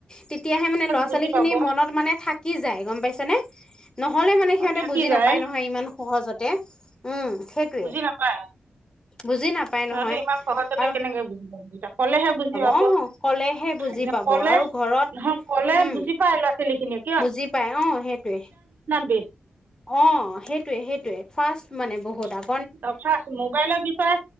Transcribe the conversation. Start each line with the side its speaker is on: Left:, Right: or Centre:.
Left: তেতিয়াহে মানে ল'ৰা
Right: বুজি
Left: ছোৱালী খিনি
Right: পাব
Left: মনত মানে থাকি যায় গম পাইছে নে। নহ'লে মানে সিহঁতে
Right: থাকি
Left: বুজি নাপায়
Right: যায়
Left: নহয় ইমান সহজতে, উম। সেইটোৱে
Right: বুজি নাপায়।
Left: বুজি নাপায়
Right: সিহঁতে
Left: নহয়
Right: ইমান সহজতে
Left: আৰু
Right: কেনেকে বুজি পাব এতিয়া কলেহে বুজি পাব
Left: অ', ক'লেহে বুজি
Right: এ
Left: পাব
Right: কলে
Left: আৰু ঘৰত
Right: নহয় কলে
Left: উম,
Right: বুজি পায় ল'ৰা ছোৱালীখিনিক।
Left: বুজি পাই অ'সেইটোৱে,
Right: বেষ্ট
Left: অ' সেইটোয়ে সেইটোয়ে ফাৰ্ষ্ট মানে বহুত আৰু।
Right: অ' ফাৰ্ষ্ট মোবাইলৰ বিষয়ে